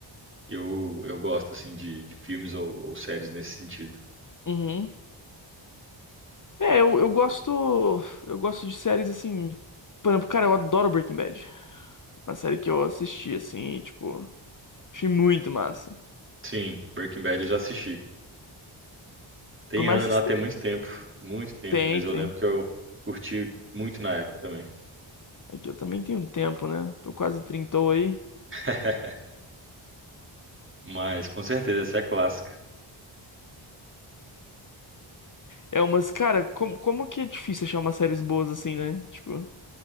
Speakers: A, on the right (about 25°); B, on the left (about 40°).
A: Eu, eu gosto, assim, de, de filmes ou, ou séries nesse sentido.
B: Uhum. É, eu, eu gosto. Eu gosto de séries assim. Por exemplo, cara, eu adoro Breaking Bad. Uma série que eu assisti, assim, tipo, achei muito massa.
A: Sim, Breaking Bad eu já assisti. Tem
B: Por mais
A: ano,
B: que
A: até
B: você
A: muito tempo, muito tempo,
B: tentem.
A: mas eu lembro que eu curti muito na época também.
B: É que eu também tenho um tempo, né? Tô quase trintou aí.
A: <laughs> Mas, com certeza, essa é clássica.
B: É umas, cara, como, como que é difícil achar umas séries boas assim, né? Tipo.